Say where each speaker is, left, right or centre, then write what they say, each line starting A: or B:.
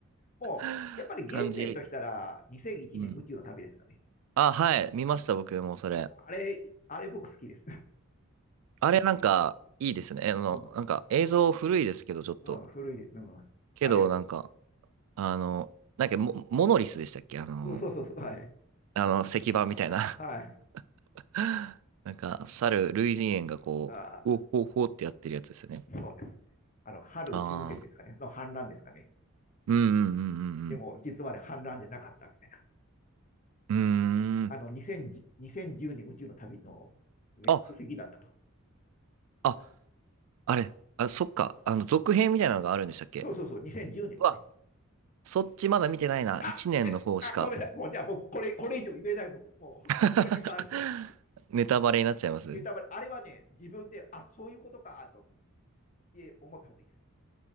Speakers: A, on the left (about 35°); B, on the right (about 75°).
A: も、
B: <laughs>
A: やっぱり原点としたら、
B: 感じ。
A: 2001年宇宙の旅ですかね。
B: うん。あ、はい、見ました、僕もそれ。
A: あれ、あれ僕好きです。
B: あれなんか、
A: <laughs>
B: いいですね。
A: うん。
B: あの、
A: うん、
B: なんか映像古いですけど、ちょっと。
A: うん、古い、うん、
B: けど、
A: あれは。
B: なんか、あの、なんかモ、モノリスでしたっけあの、
A: うん、そうそうそう、はい。
B: あの、石板みたいな
A: はい。
B: <laughs> なんか、猿、類人猿がこう、
A: あ
B: おほほってやってるやつですよね。
A: ー、そうです。あの、春休戦ですかね、
B: ああ、
A: の反乱ですかね。
B: うんうん
A: でも、
B: うん
A: 実はあれ反乱じゃなかったみたいな。
B: うんうん。うーん。
A: あの、2010、2010年宇宙の旅の、ね、
B: あ、
A: 布石だったと。
B: あ、あれ、あ、そっか。あの、続編みたいなのがあるんでしたっけ
A: そうそうそう、2010年ですね。
B: うわ、そっちまだ見てないな。
A: あ、
B: 1年の方しか
A: じゃ、あ、ごめんなさい。もう、じゃあ、僕、これ、これ以上言えない、僕。もう、
B: <laughs>
A: これに関しては、
B: ネタバレになっちゃいます
A: もう、ネタバレ、あれはね、自分で、あ、そういうことか、と、え、思った方がいいです。